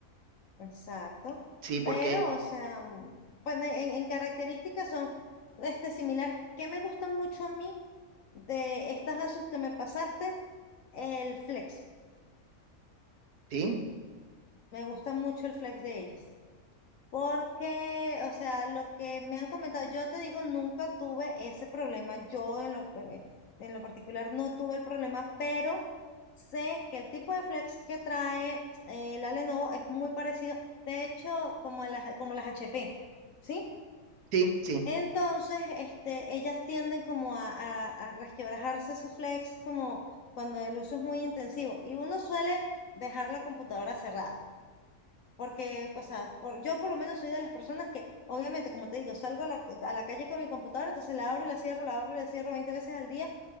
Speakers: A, on the left (about 65°); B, on the right (about 90°).
A: Exacto.
B: Sí, porque,
A: Pero, o sea, mm, bueno, en, en características son este, similares. ¿Qué me gusta mucho a mí de estas Asus que me pasaste? El Flex.
B: sí,
A: Me gusta mucho el Flex de ellas. Porque, o sea, lo que me han comentado, yo te digo, nunca tuve ese problema. Yo en lo, eh, en lo particular no tuve el problema, pero sé que el tipo de flex que trae eh, la Lenovo es muy parecido, de hecho, como a las, como las HP, ¿sí?
B: sí, sí.
A: Entonces, este, ellas tienden como a, a, a resquebrajarse esos flex como cuando el uso es muy intensivo y uno suele dejar la computadora cerrada. Porque, o sea, por- yo por lo menos soy de las personas que, obviamente, como te digo, salgo a la, a la calle con mi computadora, entonces la abro y la cierro, la abro y la cierro 20 veces al día.